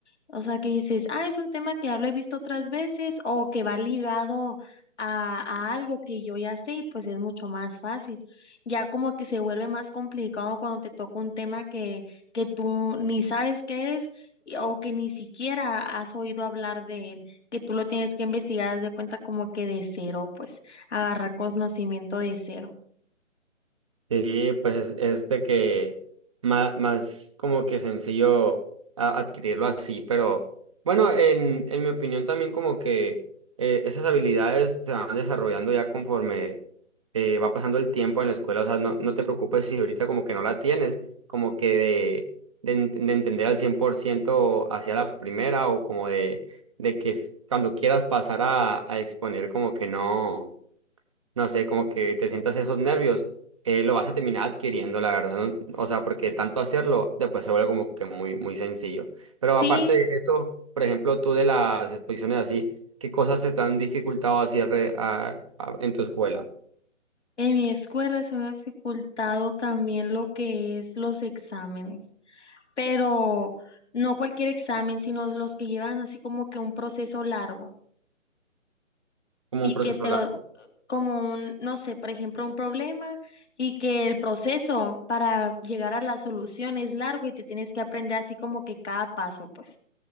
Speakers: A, on the left (about 60°); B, on the right (about 25°).
A: O sea, que dices, ah, es un tema que ya lo he visto otras veces o que va ligado a, a algo que yo ya sé y pues es mucho más fácil. Ya como que se vuelve más complicado cuando te toca un tema que, que tú ni sabes qué es y- o que ni siquiera has oído hablar de él, que tú lo tienes que investigar, haz de cuenta como que de cero, pues agarrar conocimiento de cero.
B: Sí, pues es, es de que más, más como que sencillo a- adquirirlo así, pero bueno, en, en mi opinión también como que eh, esas habilidades se van desarrollando ya conforme eh, va pasando el tiempo en la escuela, o sea, no, no te preocupes si ahorita como que no la tienes, como que de, de, ent- de entender al 100% hacia la primera o como de, de que s- cuando quieras pasar a, a exponer como que no no sé, como que te sientas esos nervios, eh, lo vas a terminar adquiriendo, la verdad, ¿no? O sea, porque tanto hacerlo después se vuelve como que muy, muy sencillo. Pero
A: Sí,
B: aparte de eso, por ejemplo, tú de las exposiciones así, ¿qué cosas se te han dificultado así alre- a- a- en tu escuela?
A: en mi escuela se me ha dificultado también lo que es los exámenes. pero no cualquier examen, sino los que llevan así como que un proceso largo
B: Como
A: y
B: un proceso
A: que te
B: largo.
A: lo, como un, no sé, por ejemplo, un problema y que el proceso para llegar a la solución es largo y te tienes que aprender así como que cada paso, pues.